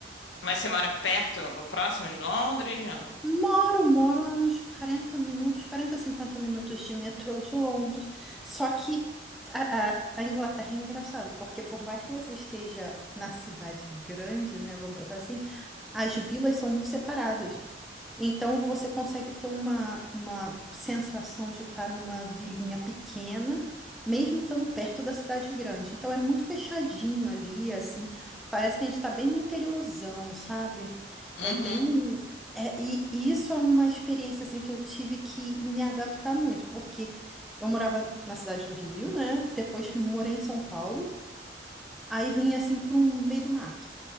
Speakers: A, on the left; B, in the centre.
A: mas você mora perto, o próximo de Londres? Não.
B: Moro, moro a uns 40 minutos, 40, 50 minutos de metrô de Londres. Só que a, a- a Inglaterra é engraçado, porque por mais que você esteja na cidade grande, né? Vamos botar assim, as vilas são muito separadas. Então você consegue ter uma, uma sensação de estar numa vilinha pequena, mesmo estando perto da cidade grande. Então é muito fechadinho ali, assim. Parece que a gente está bem no interiorzão, sabe?
A: Uhum.
B: É bem. é- e, e isso é uma experiência assim que eu tive que me adaptar muito, porque eu morava na cidade do Rio, né? Depois morei em São Paulo, aí vim assim para um meio do mato.